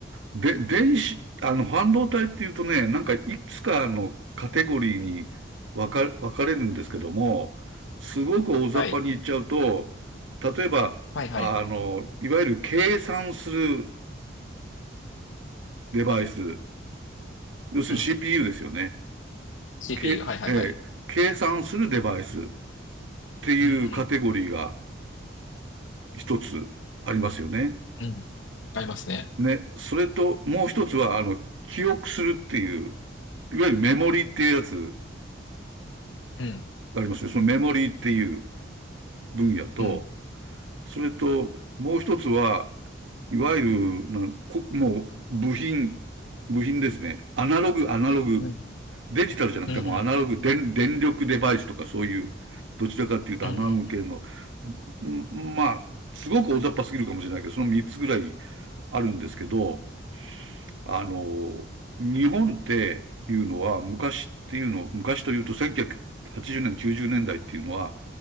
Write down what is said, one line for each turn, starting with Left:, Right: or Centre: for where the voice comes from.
Right: で、電子、あの、半導体っていうとね、なんかいくつかのカテゴリーに分か、分かれるんですけども、すごく大雑把に言っちゃうと、
Left: はい。
Right: 例えば、
Left: はいはい。
Right: あの、いわゆる計算するデバイス、要するに
Left: うん。
Right: CPU ですよね。
Left: CPU。
Right: け、
Left: はいはいはい。
Right: えー計算するデバイスっていうカテゴリーが、
Left: うんう
Right: 一つありますよね。
Left: ん。うん。ありますね。
Right: ね。それと、もう一つは、あの、記憶するっていう、いわゆるメモリーっていうやつ
Left: うん。
Right: がありますね。そのメモリーっていう分野と、
Left: うん。
Right: それと、もう一つは、いわゆる、なんこもう、部品、部品ですね。アナログ、アナログ。
Left: うん。
Right: デジタルじゃなくてもうアナログ、
Left: うんうん。
Right: 電、電力デバイスとかそういう、どちらかっていうとアナログ系の、
Left: うんうんうん。
Right: まあ、すごく大雑把すぎるかもしれないけど、その3つぐらいあるんですけど、あの、日本っていうのは、昔っていうの、昔というと1980年、90年代っていうのは、